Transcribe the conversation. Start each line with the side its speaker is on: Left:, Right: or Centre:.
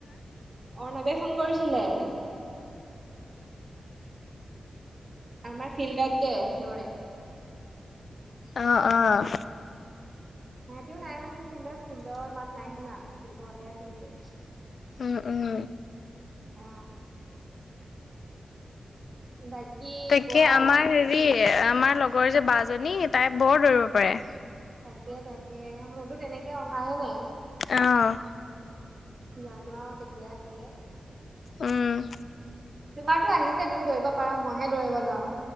Right: অৰ্ণৱে ফোন কৰিছিলে। আমাৰ ফিল্ডত দে দৌৰে।
Left: অঁ অঁ
Right: সিহঁতেও নাই হানি ফিল্ডত ফিল্ডৰ মাত নাই হোনা - ঘতে আছিলোগে
Left: উম, উম।
Right: অঁ। বাকী
Left: তাকে
Right: কোৱা
Left: আমাৰ-
Right: আৰু
Left: হেৰি আমাৰ লগৰ যে বা জনী তাই বৰ দৌৰিব পাৰে।
Right: তাকে তাকে মোৰতো তেনেকে অহাইে নাই।
Left: অ',
Right: জানো আও কেতিয়া আহেগে।
Left: উমঁ-
Right: তোমাৰতো আহিছে তুমি দৌৰিব পাৰা মইহে দৌৰিব নোৱাৰো।